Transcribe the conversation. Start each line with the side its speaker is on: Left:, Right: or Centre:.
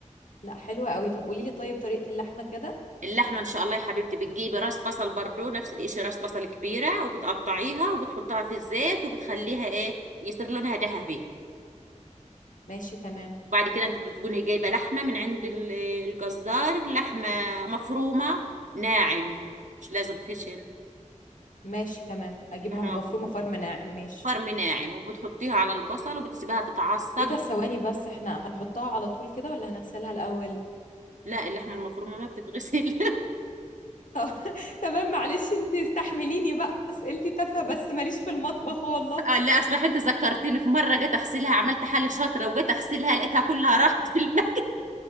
Left: لا حلوة قوي طب قولي لي طيب طريقة اللحمة كده
Right: اللحمة إن شاء الله يا حبيبتي بتجيبي راس بصل برضو نفس الإشي راس بصل كبيرة وبتقطعيها وبتحطها في الزيت وبتخليها إيه يصير لونها ذهبي
Left: ماشي تمام
Right: وبعد كده انت بتكوني جايبه لحمه من عند ال- الجزار لحمه مفرومه ناعم مش لازم خشن
Left: ماشي تمام اجيبها
Right: لحمه
Left: مفرومة
Right: مفرومه
Left: فرم ناعم ماشي
Right: فرم ناعم وبتحطيها على البصل وبتسيبها تتعصج
Left: ايه ده ثواني بس احنا هنحطها على طول كده ولا هنغسلها الاول
Right: لا اللحمه المفرومه ما بتتغسل <laughs>
Left: طب <laughs> تمام معلش انتي استحمليني بقى اسئلتي تافهة بس ماليش في المطبخ والله
Right: آه، لا اصل انت ذكرتني في مره جيت اغسلها عملت حالي شاطره وجيت اغسلها لقيتها كلها راحت في المكان